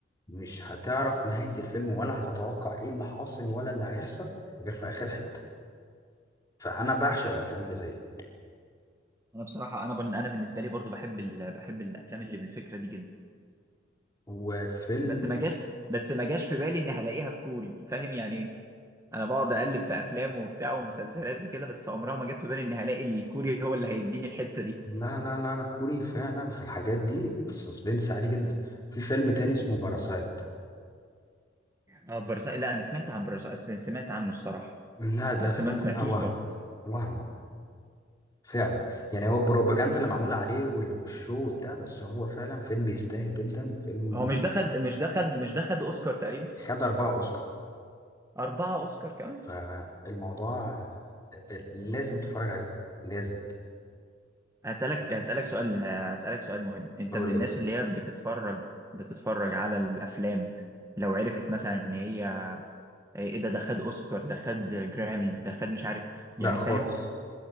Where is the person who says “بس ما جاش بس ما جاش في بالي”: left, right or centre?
Right